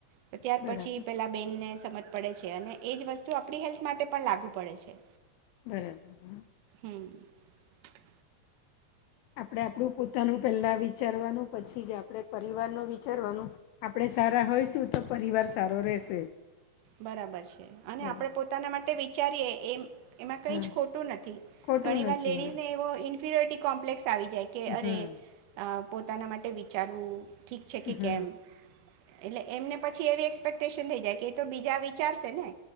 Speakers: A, on the right; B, on the left.
A: તો ત્યાર
B: બરાબર
A: પછી પેલા બેન ને સમજ પડે છે અને એજ વસ્તુ આપણી હેલ્થ માટે પણ લાગુ પડે છે.
B: બરાબર.
A: <inaudible>
B: આપણે આપણું પોતાનું પેલા વિચારવાનું પછી જ આપણે પરિવાર ન વિચારવાનું, આપણેે સારા હોયશું તો પરિવાર સારો રહેશે.
A: બરાબર છે, અને
B: બરાબર
A: આપડે પોતાના માટે વિચારીએે એમ એમાં કઈ
B: હા
A: જ ખોટું નથી,
B: ખોટું
A: ઘણી વાર
B: નથી
A: લેડીઝ
B: હા
A: ને એવો કોમ્પ્લેસ આવી જે કે અરે
B: હમ
A: અ પોતાના માટે વિચારવું ઠીક છે કે
B: હમ
A: કેમ? એટલે એમને પછી એવી એક્સપેક્ટેશન થઈ જાય કે તો બીજા વિચારશે ને